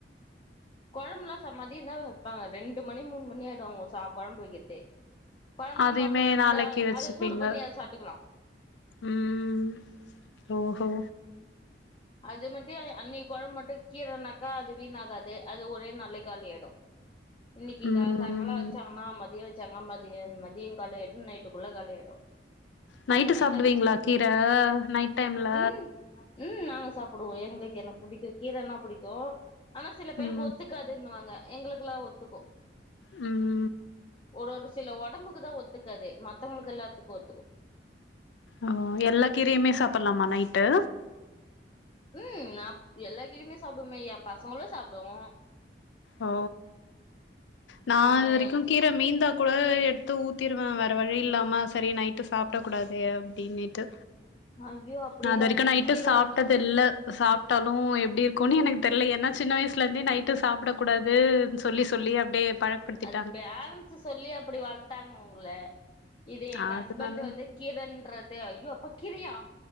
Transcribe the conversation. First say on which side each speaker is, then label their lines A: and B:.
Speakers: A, on the left; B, on the left.
A: கொழம்புல்லா ச மதிய தா வப்பாங்க ரெண்டு மணி மூணு மணி ஆயிடு அவங்க சா கொழம்பு வக்கிறதே கொழம்புன்னா
B: அதையுமே
A: மறு நாள் வந்து
B: நாளைக்கு வச்சுப்பீங்க
A: அத சூடு பண்ணி அத சாட்டுக்கலா
B: ம் ஓஹோ
A: அது மட்டுஅன்னைக்கு கொழம்பு மட்டு கீரைன்னாக்கா அது வீணாகாது அது ஒரே நாள்லே காலி ஆயிடு இன்னைக்கு
B: ம்
A: கா சாங்கால வச்சாங்கன்னா மதியம் வச்சாங்க மதியம் மதியம் காலியாயிடு நைட்டுக்குள்ள காலியாயிடு
B: நைட்டு
A: அந்த மாரிதா
B: சாப்பிடுவீங்களா கீர நைட் டைம்ல
A: ம் ம் நாங்க சாப்புடுவோ எங்களுக்கு என்ன புடிக்கு கீரன்னா புடிக்கு ஆனா சில பேருக்கு
B: ம்
A: ஒத்துக் காதுன்னுவாங்க எங்களுக்கெல்லா ஒத்துக்கு
B: ம்
A: ஒரு ஒரு சில ஒடம்புக்கு தா ஒத்துக்காது மத்தவுங்களுக்கு எல்லாத்துக்கு ஒத்துக்கு
B: அ எல்லா கீரையுமே சாப்ட்லாமா நைட்டு
A: ம் நா எல்லா கீரயுமே சாப்பிடுவோமே என் பசங்களு சாப்பிடுவோ
B: ஓ நா
A: ஆ
B: இதுவரைக்கு
A: எ
B: கீ கீர மீந்தா கூட எத்து ஊத்திருவே வேற வழி இல்லாம சரி நைட்டு சாப்டக் கூடாதே அப்டினிட்டு
A: ஐயோ அப்டிலா
B: நா இதுவரைக்கு
A: இல்ல
B: நைட்டு
A: கீர
B: சாப்ட்டது
A: வந்
B: இல்ல சாப்பிட்டாலு எப்படி இருக்குனு எனக்கு தெரில ஏனா சின்ன வயசுல இருந்தே நைட்டு சாப்பிட கூடாது சொல்லி சொல்லி அப்டியே பழக்க படுத்திட்
A: அது பேரண்ட்ஸ் சொல்லி அப்டி வளத்தாங்க உங்கள இது எங்க
B: அதனால
A: ஹஸ்பண்ட் வந்து கீரன்றது ஐயோ அப்பா கீரையா